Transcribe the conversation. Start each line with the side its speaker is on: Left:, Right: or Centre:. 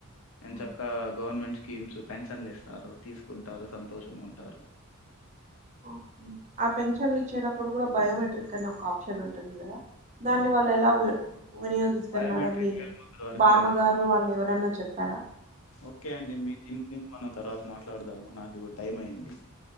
Left: ఏన్
Right: ఆ!
Left: చక్కా గవర్నమెంట్ కీమ్స్ పెన్షన్లు ఇస్తారు తీసుకుంటారు సంతోషంగుంటారు
Right: ఒకే ఆ పెన్షన్లు ఇచ్చేటప్పుడు గూడ బయోమెట్రిక్ అనే ఒక ఆప్షన్ ఉంటుంది గదా దాన్ని వాళ్ళు ఎలా వి వినియోగిస్తున్నారు
Left: బయోమెట్రిక్
Right: మీ
Left: వేలిముద్ర వరకే
Right: బామ్మగారు
Left: వేస్తారు.
Right: వాళ్ళు ఎవరన్న చెప్పారా
Left: ఓకే అండి మీ దిని గురించి మనం తర్వాత మాట్లాడదాము నాకు టైం ఇపుడు అయ్యింది